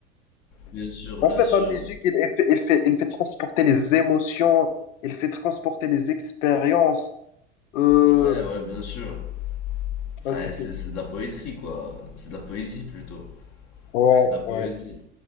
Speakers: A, on the left (about 45°); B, on the left (about 70°).
A: bien sûr,
B: En
A: bien
B: fait,
A: sûr.
B: la musique, il il fait, il fait, il fait transporter les émotions, il fait transporter les expériences. Euh,
A: Ouais, ouais, bien sûr. Enfin,
B: ouais, c'est-
A: c'est
B: c'est- c'est-
A: c'est de la poétrie, quoi. C'est de la poésie, plutôt.
B: ouais.
A: C'est de la poésie.
B: ouais.